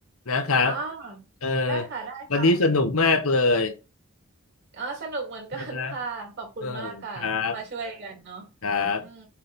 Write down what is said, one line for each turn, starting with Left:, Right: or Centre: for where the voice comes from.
Left: นะครับ
Right: อ๋อ
Left: เออ
Right: ได้ค่ะได้ค่ะ
Left: วันนี้สนุกมากเลย
Right: อ๋อสนุกเหมือนกันค่ะขอบคุณมากค่ะที่มาช่วยกันเนาะ
Left: นะครับเออครับครับ
Right: อืม